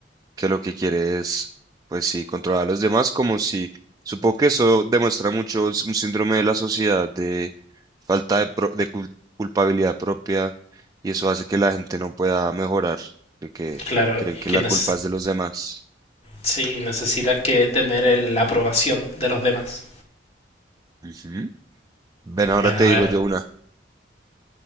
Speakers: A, on the right; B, on the left.
A: que lo que quiere es, pues sí, controlar a los demás, como si, supongo que eso demuestra mucho s- un síndrome de la sociedad de falta de, pro- de cul- culpabilidad propia y eso hace que la gente no pueda mejorar, de que
B: Claro,
A: creen que
B: y quienes
A: la culpa es de los demás.
B: sí necesitan que tener el, la aprobación de los demás.
A: Ujú. Ven, ahora
B: Bueno,
A: te
B: a
A: digo
B: ver,
A: yo una,